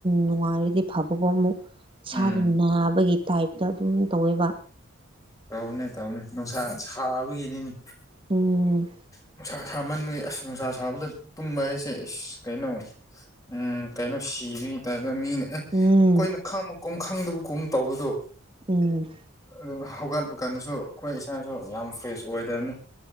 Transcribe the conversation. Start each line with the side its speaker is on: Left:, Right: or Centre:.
Right: ꯅꯨꯡꯉꯥꯏꯔꯗꯤ ꯐꯕꯀꯣ ꯑꯃꯨꯛ ꯏꯁꯥꯗꯣ
Left: ꯎꯝ
Right: ꯅꯥꯕꯒꯤ ꯇꯥꯏꯞꯇ ꯑꯗꯨꯝ ꯇꯧꯋꯦꯕ
Left: ꯇꯧꯕꯅꯦ ꯇꯧꯕꯅꯦ ꯅꯨꯡꯁꯥ ꯁꯥꯕꯒꯤꯅꯤꯅꯦ
Right: ꯎꯝ
Left: ꯅꯨꯡꯁꯥ ꯁꯥꯃꯟꯕꯒꯤ ꯑꯁ ꯅꯨꯡꯁꯥ ꯁꯥꯕꯗ ꯇꯨꯝꯕ ꯍꯥꯏꯁꯦ ꯏꯁ ꯀꯩꯅꯣ ꯎꯝ ꯀꯩꯅꯣ ꯁꯤꯕꯒꯤ ꯇꯥꯏꯞꯇ ꯃꯤꯅ ꯑꯦ
Right: ꯎꯝ
Left: ꯑꯩꯈꯣꯏꯅ ꯈꯪꯕ ꯀꯨꯝ ꯈꯪꯗꯕ ꯀꯨꯝ ꯇꯧꯕꯗꯣ
Right: ꯎꯝ
Left: ꯑꯗꯨꯝ ꯍꯧꯒꯠꯄ ꯀꯥꯟꯗꯁꯨ ꯑꯩꯈꯣꯏ ꯏꯁꯥꯁꯨ ꯌꯥꯝ ꯐ꯭ꯔꯦꯁ ꯑꯣꯏꯗꯕꯅꯤ